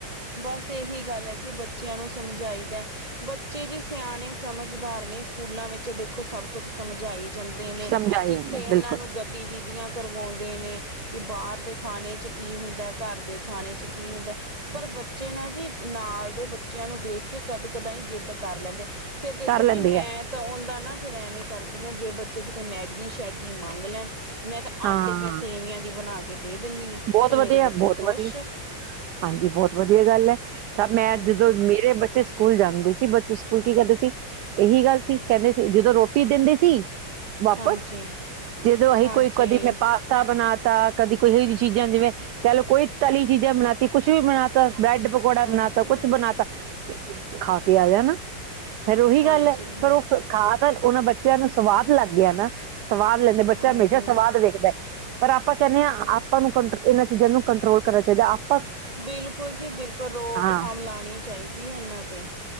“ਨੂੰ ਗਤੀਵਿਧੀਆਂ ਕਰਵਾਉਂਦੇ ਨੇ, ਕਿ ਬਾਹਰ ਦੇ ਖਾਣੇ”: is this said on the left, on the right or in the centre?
Right